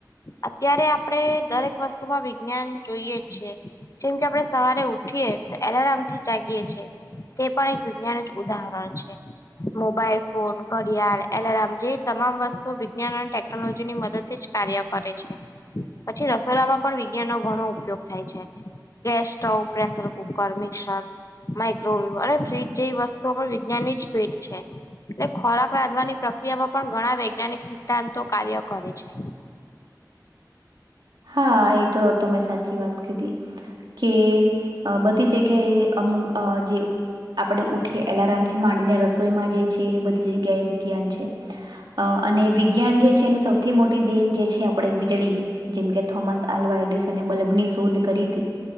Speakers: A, on the left; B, on the right.
A: અત્યારે આપડે દરેક વસ્તુમાં વિજ્ઞાન જોઈએ જ છે. જેમ કે આપણે સવારે ઉઠીએ તો એલારામ થી જાગીએ છીએ. તે પણ એક વિજ્ઞાન જ ઉદાહરણ છે મોબાઈલ ફોન ઘડિયાળ એલારમ જે તમામ વસ્તુ વિજ્ઞાન અને ટેકનોલોજી ની મદદ થી જ કાર્ય કરે છે. પછી રસોડામાં પણ વિજ્ઞાનનો ઘણો ઉપયોગ થાય છે. Gas stove pressure cooker mixer microwave અને ફ્રીજ જેવી વસ્તુઓ પણ વિજ્ઞાનની જ <unintelligible> છે એટલે ખોરાક રાંધવાની પ્રક્રિયામાં પણ ઘણા વૈજ્ઞાનિક સિદ્ધાંતો કાર્ય કરે છે.
B: હા એ તો તમે સાચી વાત કીધી. કે બધી જગ્યાએ અમુક અ જે આપણે ઉઠીયે એલાર્મ થી માંડીને રસોઈમાં જે છે એ બધી જગ્યાએ વિજ્ઞાન છે. અ અને વિજ્ઞાન જે છે એનું સૌથી મોટી દેન જે છે આપણે વીજળી. જેમકે થોમસ આલ્વા એડિસને બલ્બની શોધ કરી તી.